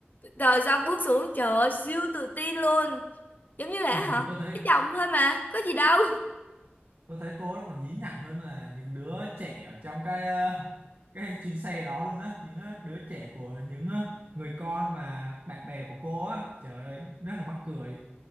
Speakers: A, on the left; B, on the right.
A: rồi xong bước xuống trời ơi, siêu tự tin luôn. Giống như là
B: ừ,
A: hả?
B: tôi thấy
A: Cái chồng thôi mà, có gì đâu.
B: tôi thấy cô ấy còn nhí nhảnh hơn là những đứa trẻ ở trong cái ờ, cái chuyến xe đó luôn á những ờ, đứa trẻ của những ờ, người con mà bạn bè của cô á trời ơi rất là mắc cười